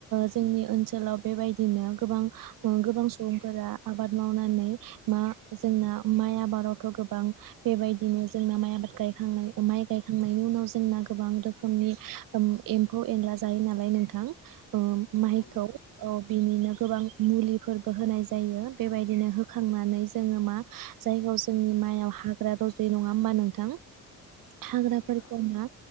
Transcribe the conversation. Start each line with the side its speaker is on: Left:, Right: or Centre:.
Right: जोंनि ओनसोलाव बेबायदिनो गोबां गोबां सुबुं फोरा आबाद मावनानै मा जोंना माइ आबादावथ' गोबां बेबायदिनो जोंना माइ आबाद गाय खांनाय ओ माइ गायखांनायनि उनाव जोंना गोबां रोखोमनि ओम एम्फौ एनला जायो नालाय नोंथां
Left: नंगौ
Right: माइखौ
Left: नोंथां
Right: बिनिनो गोबां मुलिफोरबो होनाय जायो बेबायदिनो होखांनानै जोङो मा जायगायाव जोंनि माइआव हाग्रा रज' जायो नङा होमबा नोंथां
Left: नंगौ
Right: हाग्राफोरखौ
Left: नोंथां
Right: मा